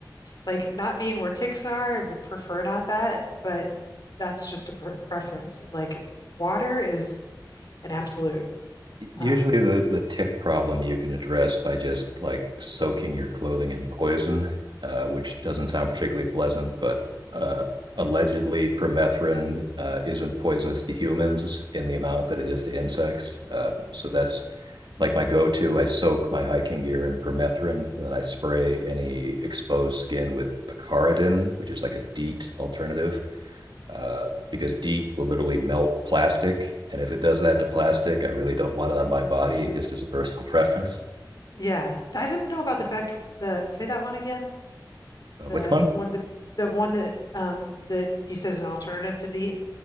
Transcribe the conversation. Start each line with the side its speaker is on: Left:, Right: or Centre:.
Left: Like not being where ticks are, I would prefer not that, but that's just a pre preference. Like water is an absolute.
Right: Usually
Left: Um,
Right: the the tick problem you can address by just like soaking your clothing in poison, uh, which doesn't sound particularly pleasant, but uh, allegedly permethrin uh, isn't poisonous to humans in the amount that it is to insects. Uh, so that's like my go-to. I soak my hiking gear in permethrin, and then I spray any exposed skin with picaridin, which is like a DEET alternative uh, because DEET will literally melt plastic. And if it does that to plastic, I really don't want it on my body, just as a personal <laughs> preference.
Left: yeah, I didn't know about the Beck the say that one again.
Right: Uh,
Left: The
Right: which one?
Left: one the the one that um that you said is an alternative to DEET?